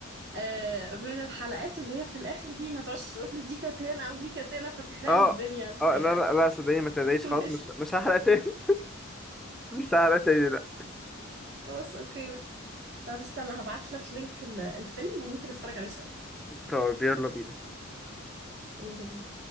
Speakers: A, on the right (about 55°); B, in the centre.
A: آه من الحلقات اللي هي في الاخر دي ما تقعدش تقول لي دي كانت هنا ودي كانت هنا فتحرق
B: اه
A: لي الدنيا فيعني
B: اه لا لا لا صدقني ما تلاقيش
A: <laughs>
B: خلاص
A: ماشي
B: مش مش هحرق تاني <laughs> مش هحرق تاني لا
A: خلاص اوكي طب استنى هبعت لك لينك ال- الفيلم وممكن نتفرج عليه سوا
B: طب يلا بينا
A: يلا بينا